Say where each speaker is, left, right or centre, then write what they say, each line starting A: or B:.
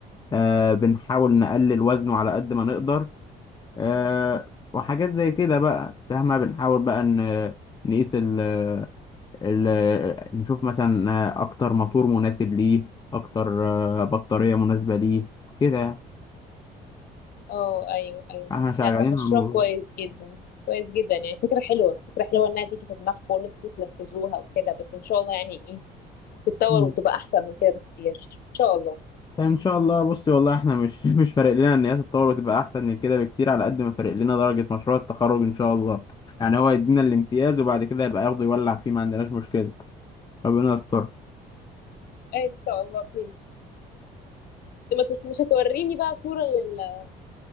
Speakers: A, on the left; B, on the left.
A: آه بنحاول نقلل وزنه على قد ما نقدر آه
B: امم
A: وحاجات زي كده بقى فاهمة بنحاول بقى ن- نقيس ال ال نشوف مثلا آه، أكتر موتور مناسب ليه أكتر آه، بطارية مناسبة ليه كده يعني.
B: اه ايوه ايوه
A: احنا شغالين
B: لا ده مشروع
A: على الموضوع
B: كويس جدا كويس جدا يعني فكره حلوه فكره حلوه انها تيجي في دماغكم وان انتوا تنفذوها وكده بس ان شاء الله يعني ايه تتطور
A: مم.
B: وتبقى احسن من كده بكتير ان شاء الله
A: فإن شاء الله بصي والله احنا مش <laughs> مش فارق لنا إن هي تتطور وتبقى أحسن من كده بكتير على قد ما فارق لنا درجة مشروع التخرج إن شاء الله يعني هو يدينا الامتياز وبعد كده يبقى ياخده يولع فيه ما عندناش مشكلة ربنا يستر
B: ان شاء الله خير ما تت- مش هتوريني بقى صورة لل...